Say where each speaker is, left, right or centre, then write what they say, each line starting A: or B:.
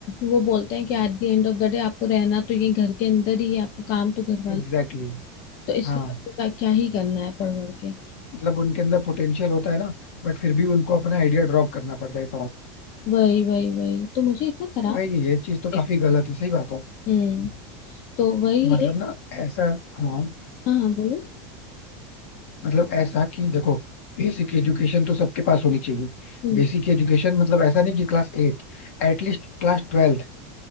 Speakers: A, on the left (about 55°); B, on the left (about 75°).
A: वो बोलते हैं कि at the end of the day आपको रहना तो ये घर के अंदर ही है आपको काम तो घर वाले
B: Exactly exactly.
A: तो इसलिए
B: हाँ
A: आपको क्या क्या ही करना है पढ़ वढ़ के
B: मतलब उनके अंदर पोटेंशियल होता है ना बट फिर भी उनको अपना आइडिया ड्रॉप करना पड़ता है
A: वही वही वही तो मुझे इतना खराब
B: भाई ये चीज तो
A: लगे।
B: काफी गलत है सही बात हो
A: हम्म तो वही
B: मतलब
A: है
B: ना ऐसा हाँ
A: हाँ हाँ बोलो
B: मतलब ऐसा कि देखो बेसिक एजुकेशन तो सबके पास होनी चाहिए
A: हम्म
B: बेसिक एजुकेशन मतलब ऐसा नहीं कि class eight at least class twelfth